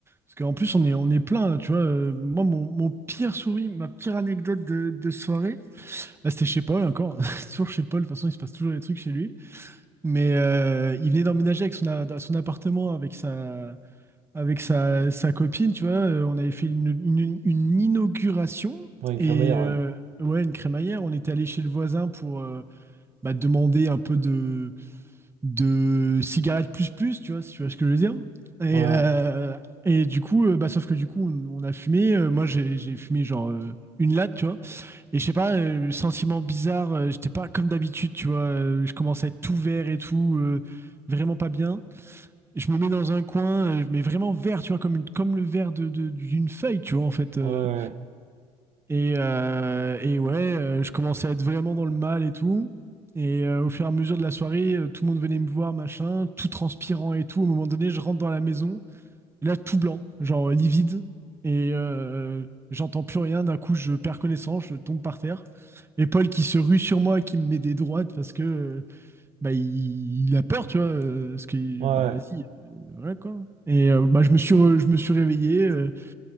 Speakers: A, on the right; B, on the right.
A: Parce qu'en plus, on est, on est plein, tu vois. euh, moi, mon, mon pire souvenir, ma pire anecdote de, de soirée, bah c'était chez Paul encore. <laughs> c'est toujours chez Paul. De toute façon, il se passe toujours des trucs chez lui. Mais euh, il venait d'emménager avec son, a- dans son appartement avec sa, avec sa, sa copine, tu vois. Euh, On avait fait une, une- une inauguration
B: Ouais, une
A: et
B: crémaillère,
A: euh,
B: ouais.
A: ouais, une crémaillère. On était allé chez le voisin pour euh, bah, demander un peu de, de cigarettes plus plus, tu vois, si tu vois ce que je veux dire. Et,
B: Ouais,
A: euh, et du coup, euh, bah, sauf que du coup, on, on a fumé. Euh, moi, j'ai j'ai fumé genre euh, une latte, tu vois. Et je sais pas, euh, le sentiment bizarre, euh, j'étais pas comme d'habitude, tu vois, euh, je commence à être tout vert et tout, euh, vraiment pas bien. Et je me mets dans un coin, euh, mais vraiment vert, tu vois, comme, une- comme le vert de, de- d'une feuille, tu vois, en fait. euh.
B: ouais, ouais.
A: et, euh, et ouais, euh, je commençais à être vraiment dans le mal et tout. Et euh, au fur et à mesure de la soirée, euh, tout le monde venait me voir, machin, tout transpirant et tout. Au moment donné, je rentre dans la maison. Là, tout blanc, genre livide. Et euh, j'entends plus rien. D'un coup, je perds connaissance, je tombe par terre. Et Paul qui se rue sur moi, et qui me met des droites parce que euh, bah, il, il a peur, tu vois. euh, Parce que,
B: ouais.
A: bah
B: ouais.
A: vas-y, euh, voilà quoi. Et euh, bah, je me suis, re- je me suis réveillé. euh,